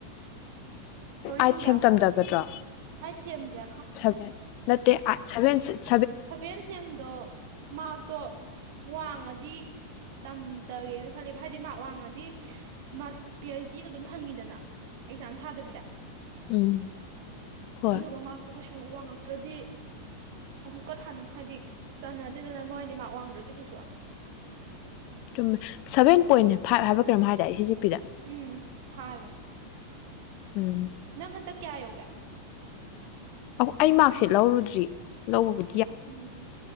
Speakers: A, on the right; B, on the left.
A: ꯍꯣꯔꯦꯟ
B: ꯑꯥꯏꯠ
A: ꯅꯨꯡꯗꯥꯡꯂꯣ
B: ꯁꯦꯝ ꯇꯝꯗꯒꯗ꯭ꯔꯣ
A: ꯑꯩꯠ ꯁꯦꯝꯁꯦ
B: ꯁꯚꯦꯟ ꯅꯠꯇꯦ ꯑ ꯁꯚꯦꯟ ꯁꯤꯁ
A: ꯁꯕꯦꯟ ꯁꯦꯝꯗꯣ ꯃꯥꯔꯛꯇꯣ ꯋꯥꯡꯉ ꯗꯤ ꯇꯝꯗꯒꯦꯅ ꯈꯜꯂꯦ ꯍꯥꯏꯗꯤ ꯃꯥꯛ ꯋꯥꯡꯉꯗꯤ ꯃꯥ ꯄꯤ ꯑꯩꯩꯆ ꯗꯤ ꯑꯗꯨꯝ ꯐꯪꯉꯤꯗꯅ ꯑꯦꯛꯖꯥꯝ ꯊꯥꯗꯕꯤꯗ
B: ꯎꯝ ꯍꯣꯏ
A: ꯑꯗꯨꯒ ꯃꯥꯛꯇꯣ ꯀꯩꯁꯨ ꯁꯨ ꯋꯥꯡꯉꯛꯇ꯭ꯔꯗꯤ ꯑꯃꯨꯛꯀ ꯊꯥꯅ ꯍꯥꯏꯗꯤ ꯆꯅꯗꯦꯗꯅ ꯃꯣꯏꯗꯤ ꯃꯥꯛ ꯋꯥꯡꯗ꯭ꯔꯗꯤ ꯀꯩꯁꯨ
B: ꯆꯨꯝꯃꯦ ꯁꯚꯦꯟ ꯄꯣꯏꯟ ꯐꯥꯏꯚ ꯍꯥꯏꯕ ꯀꯩꯅꯣꯝ ꯍꯥꯏꯗꯥꯏ ꯁꯤꯁꯤ ꯄꯤꯗ
A: ꯎꯝ ꯍꯥꯏ ꯕꯅꯦ
B: ꯎꯝ
A: ꯅꯪ ꯍꯟꯗꯛ ꯀꯌꯥ ꯌꯧꯒ
B: ꯑꯃꯨꯛ ꯑꯩ ꯃꯥꯔꯛꯁꯤꯠ ꯂꯧꯔꯨꯗ꯭ꯔꯤ ꯂꯧꯕꯕꯨ
A: ꯎꯝ